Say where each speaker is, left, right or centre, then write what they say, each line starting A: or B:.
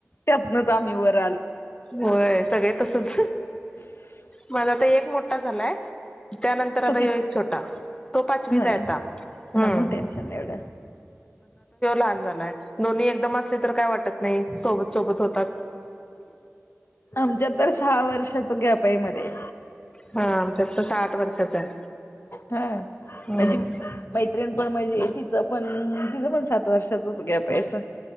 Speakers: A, on the left (about 50°); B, on the left (about 20°).
A: त्यातनच आम्ही वर
B: होय सगळे तसच
A: हम्
B: माझा आता एक मोठा झालाय त्यानंतर आता
A: तो कित
B: एक छोटा तो पाचवीत
A: होय
B: आहे आता हम्म
A: हा मग टेन्शन नाही एवढं
B: छान झाय दोन्ही एकदम असले तर काय वाटत नाही सोबत सोबत होतात
A: आमच्या तर सहा वर्षाच ग्यापाईमध्येध्ये
B: हा आमच्यात तर साठ वर्षाच आहे
A: हा म्हजी
B: हम्म
A: मैत्रिण पण म्हणज तिच पण तिचं पण सात वर्षाचच गॅप आहेस